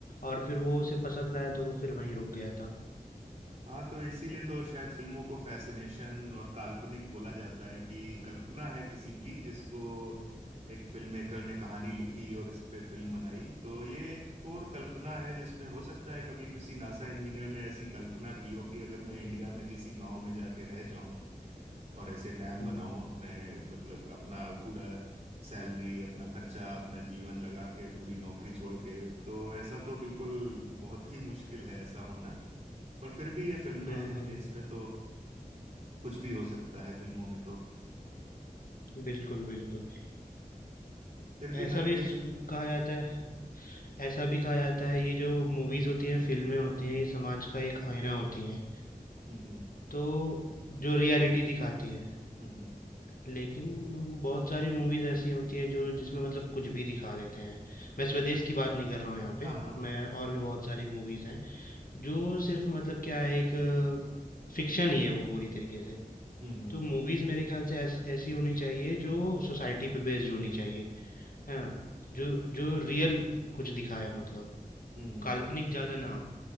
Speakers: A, on the left; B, on the right.
A: और फिर वो उसे पसंद आया तो वो फिर वहीं रुक गया था
B: हाँ तो इसीलिए तो शायद फिल्मों को फैसिनेशन और काल्पनिक बोला जाता है कि कल्पना है किसी की जिसको एक फिल्म मेकर ने कहानी लिखी और इस पे फिल्म बनाई तो ये एक और कल्पना है जिसमें हो सकता है कभी किसी नासा इंजीनियर ने ऐसी कल्पना की हो कि अगर मैं इंडिया में किसी गांव में जाके रह जाऊं और ऐसे डैम
A: हम्म
B: बनाऊं अपने मतलब अपना पूरा सैलरी अपना खर्चा अपना जीवन लगा के पूरी नौकरी छोड़ के तो ऐसा तो बिल्कुल बहुत ही मुश्किल है ऐसा होना पर फिर भी ये फिल्में
A: हम्म
B: हैं
A: हम्म,
B: ये इसमें तो कुछ भी हो सकता है फिल्मों में तो
A: बिल्कुल बिल्कुल
B: फिर भी
A: ऐसा
B: हल्के
A: भी सु- कहा जाता है ऐसा भी कहा जाता है ये जो मूवीज होती हैं फिल्में होती हैं ये समाज का एक आईना होती हैं
B: हम्म हम्म
A: तो जो रियलिटी दिखाती है
B: हम्म हम्म,
A: लेकिन बहुत सारी मूवीज ऐसी होती है जो जिसमें मतलब कुछ भी दिखा देते हैं मैं स्वदेश की बात नहीं कर रहा हूँ यहाँ पे
B: हाँ हाँ
A: मैं और भी बहुत सारी मूवीज हैं जो सिर्फ मतलब क्या एक फिक्शन ही है वो पूरी तरीके से
B: हम्म हम्म
A: तो मूवीज मेरे ख्याल से ऐस, ऐसी होनी चाहिए जो सोसाइटी पे बेस्ड होनी चाहिए है ना जो जो रियल कुछ दिखाए मतलब
B: हम्म हम्म,
A: काल्पनिक ज्यादा ना हो